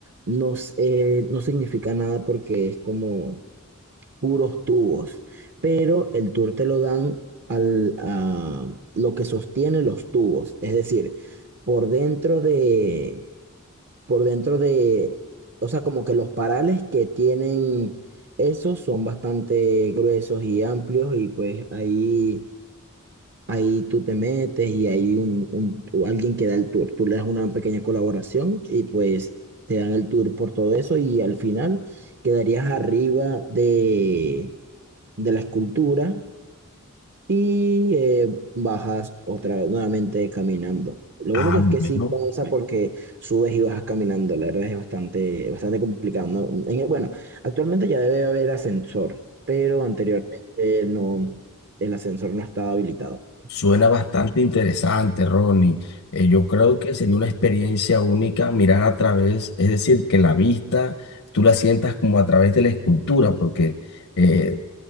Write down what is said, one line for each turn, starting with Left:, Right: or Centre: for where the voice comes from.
Right: no, s- eh, no significa nada porque es como puros tubos, pero el tour te lo dan al, a lo que sostiene los tubos, es decir, por dentro de, por dentro de, o sea, como que los parales que tienen esos son bastante gruesos y amplios y pues ahí Ahí tú te metes y hay un, un- o alguien que da el tour. Tú le das una pequeña colaboración y pues te dan el tour por todo eso y al final quedarías arriba de, de la escultura y eh, bajas otra nuevamente caminando. Lo
Left: ah,
Right: único es
Left: bueno,
Right: que sí cansa porque subes y bajas caminando. La verdad es bastante, bastante complicado, ¿no? En- e, bueno, actualmente ya debe haber ascensor, pero anteriormente no, el ascensor no estaba habilitado.
Left: Suena bastante interesante, Ronnie. Eh, yo creo que sería una experiencia única mirar a través, es decir, que la vista tú la sientas como a través de la escultura, porque eh,